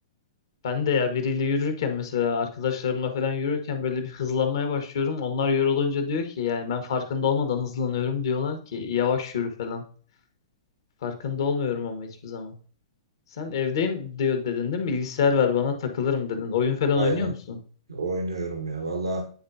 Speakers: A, on the left; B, on the right.
A: Ben de ya biriyle yürürken mesela arkadaşlarımla falan yürürken böyle bir hızlanmaya başlıyorum. Onlar yorulunca diyor ki yani ben farkında olmadan hızlanıyorum diyorlar ki yavaş yürü falan. Farkında olmuyorum ama hiçbir zaman. Sen evdeyim diyor dedin değil mi? Bilgisayar ver bana takılırım dedin. Oyun falan
B: Aynen
A: oynuyor musun?
B: oynuyorum ya valla